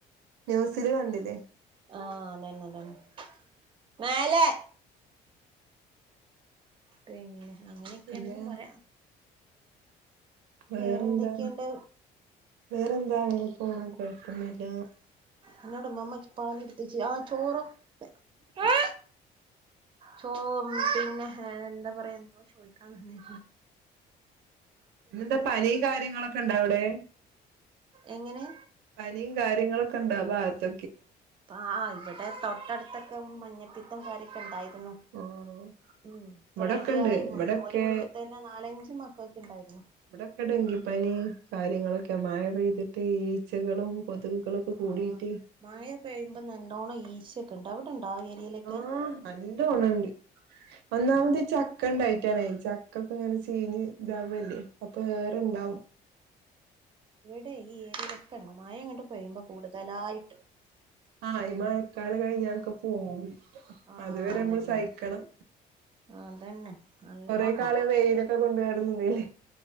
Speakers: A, on the right; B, on the right.
A: ന്യൂസില് കണ്ടില്ലേ
B: ആ അതന്നെ അതന്നെ മേലെ ട്രെയിനിൽ അങ്ങനെയൊക്കെയാണന്ന്
A: പിന്നെ
B: പറയാം
A: വേറെന്താ
B: വേറെ എന്തൊക്കെയുണ്ട്
A: വേറെന്താ അങ്ങനെ പോണം കൊഴപ്പോന്നില്ല
B: എന്നോട് മമ്മ പാല് എടുത്ത് വച്ച് ആ ചോറോ ഏ ചോ പിന്നെ എന്താ പറയാ എന്തോ ചോദിക്കാൻ നിന്നി
A: പിന്നെന്താ പനി കാര്യങ്ങളൊക്കെ ഇണ്ടാ അവിടെ
B: എങ്ങനെ
A: പനിയും കാര്യങ്ങളൊക്കെ ഇണ്ടാ ഭാഗത്ത്
B: ആ ആ ഇവിടെ തൊട്ടടുത്തൊക്കെ മഞ്ഞപ്പിത്തും കാര്യക്കെ ഇണ്ടായിരുന്നു
A: ആഹ്
B: ഉം ഇപ്പൊ
A: ഇവിടൊക്കെണ്ട്
B: റെഡി ആയി മ
A: ഇവിടൊക്കെ
B: ഒരു വീട്ട് തന്നെ നാലഞ്ച് മക്കൾക്ക് ഉണ്ടായിരുന്നു
A: ഇവിടെക്കെ ഡെങ്കിപ്പനി കാര്യങ്ങളൊക്കെ മഴ പെയ്തിട്ട് ഈച്ചകളും കൊതുകുകളൊക്കെ കൂടിയിട്ട്
B: ആഹ് മായ പെയ്യുമ്പോ നല്ലോണം ഈചോക്കെ ഉണ്ട് അവിടെ ണ്ടാവ് ഏരിയിലൊക്കെ
A: ആഹ് നല്ലോണണ്ട് ഒന്നാമത് ചക്ക ഉണ്ടായിട്ടണേ ചക്ക ഒക്കെ എങ്ങനെ ചീഞ്ഞ് ഇതാവല്ലേ അപ്പൊ വേറെണ്ടാവും
B: ടെ ഈ ഏരിയിലൊക്കെ ഉണ്ട മയ ഇങ്ങട്ട് പേയുമ്പോ കൂടുതലായിട്ടും
A: ആ മഴക്കാല കഴിഞ്ഞൊക്കെ പോവും
B: ആഹ്
A: അതുവരെ
B: അതന്നെ
A: നമ്മൾ സഹിക്കണം
B: അതന്നെ നല്ലോണണ്ട്
A: കൊറെ കള വെയിലൊക്കെ കൊണ്ടുവരുന്നുല്ലേ